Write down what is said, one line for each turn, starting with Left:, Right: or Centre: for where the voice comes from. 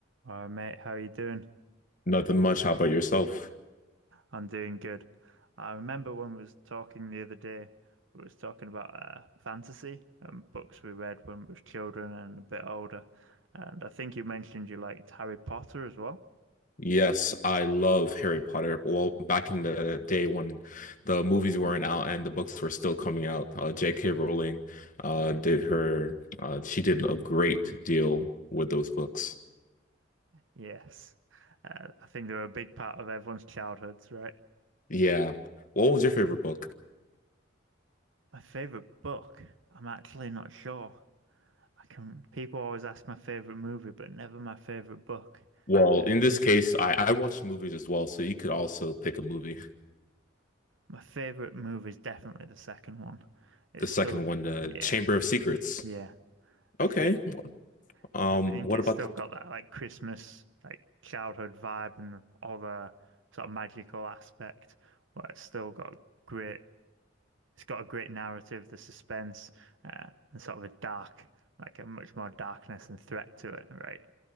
Right: Hi mate, how are you doing?
Left: Nothing much. How about yourself?
Right: I'm doing good. I remember when we was talking the other day, we was talking about uh, fantasy and books we read when we was children and a bit older. And I think you mentioned you liked Harry Potter as well.
Left: Yes, I love Harry Potter. Well, back in the day when the movies weren't out and the books were still coming out, uh, J.K. Rowling uh, did her, uh, she did a great deal with those books.
Right: Yes, uh, I think they're a big part of everyone's childhoods, right?
Left: Yeah. What was your favorite book?
Right: My favorite book, I'm actually not sure. I can, people always ask my favorite movie, but never my favorite book.
Left: Well,
Right: Uh,
Left: in this case, I, I watched movies as well, so you could also pick a movie.
Right: My favorite movie is definitely the second one. It's
Left: The second
Right: still,
Left: one, The
Right: yeah.
Left: Chamber of Secrets.
Right: Yeah, I
Left: Okay.
Right: think
Left: Um,
Right: I think
Left: what
Right: it's
Left: about
Right: still got that like Christmas like childhood vibe and the- all the sort of magical aspect. Well, it's still got great. It's got a great narrative, the suspense, uh, and sort of a dark, like a much more darkness and threat to it, right?